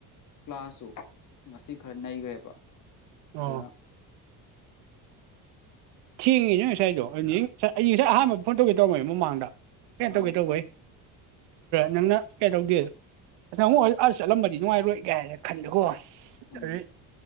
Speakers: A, on the left; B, on the right.
A: ꯀ꯭ꯂꯥꯁꯥꯁ ꯑꯣ ꯉꯁꯤ ꯈꯔ ꯅꯩꯈ꯭ꯔꯦꯕ
B: ꯑꯣ
A: ꯗꯅ
B: ꯊꯦꯡꯉꯤ ꯅꯪ ꯉꯁꯥꯏꯗꯣ ꯉꯁ ꯑꯩ ꯉꯁꯥꯏ ꯑꯍꯥꯟꯕ ꯐꯣꯟ ꯇꯣꯛꯒꯦ ꯇꯧꯔꯝꯃꯦꯃꯤ ꯃꯃꯥꯡꯗ ꯀꯩꯅ
A: ꯎꯝ
B: ꯇꯧ ꯀꯩ ꯇꯧꯥꯏ ꯅꯪꯅ ꯀꯩꯗꯧꯒꯦ ꯅꯪ ꯑꯥ ꯆꯠꯂꯝꯕꯗꯤ ꯅꯨꯡꯉꯥꯏꯔꯣꯏ ꯀꯩ ꯍꯥꯏꯅ ꯈꯟꯕꯦꯀꯣ ꯑꯗꯨ
A: ꯎꯝ